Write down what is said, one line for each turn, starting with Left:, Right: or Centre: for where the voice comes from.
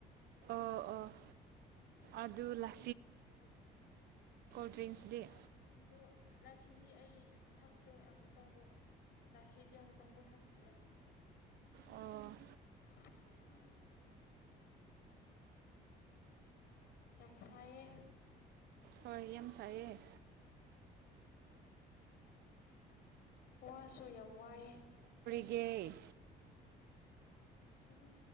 Right: ꯑꯣ ꯑꯣ ꯑꯗꯨ ꯂꯥꯛ
Left: ꯑꯗꯨꯒꯤꯅꯦ
Right: ꯗ꯭ꯔꯤꯡꯁꯗꯤ
Left: ꯂꯥꯁꯤꯗꯣ ꯂꯁꯤꯗꯤ ꯑꯩ ꯊꯛꯇꯦ ꯑꯃꯨꯛꯇꯪꯕꯣꯛ ꯂꯁꯤꯗꯤ ꯑꯃꯨꯛꯇꯪ ꯄꯨꯊꯛꯇ꯭ꯔꯤ
Right: ꯑꯣ
Left: <unintelligible> ꯌꯥꯝꯁꯥꯏꯌꯦ
Right: ꯍꯣꯏ ꯌꯥꯝ ꯁꯥꯏꯌꯦ
Left: ꯋꯥꯁꯨ ꯌꯥꯝ ꯋꯥꯏꯑꯦ
Right: ꯌꯦꯦ
Left: ꯑꯩꯅꯣ ꯁꯨꯝ